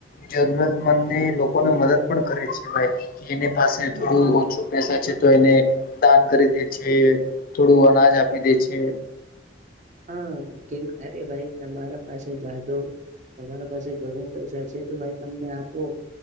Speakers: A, on the left; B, on the right.
A: જરૂરતમંદ ને લોકોને મદદ પણ કરે છે ભાઈ. કે એની પાસે
B: હા
A: થોડું ઓછું પેસા છે. તો એને દાન કરી દે છે, થોડું અનાજ આપી દે છે,
B: હા કેમ અરે ભાઈ તમારા પાસે જાદો તમારા પાસે ઘણો પૈસા છે, તો ભાઈ તમને આપો